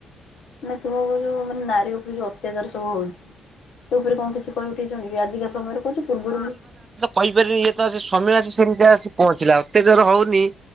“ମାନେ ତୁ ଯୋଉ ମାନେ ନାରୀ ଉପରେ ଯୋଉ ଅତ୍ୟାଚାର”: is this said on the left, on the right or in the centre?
Left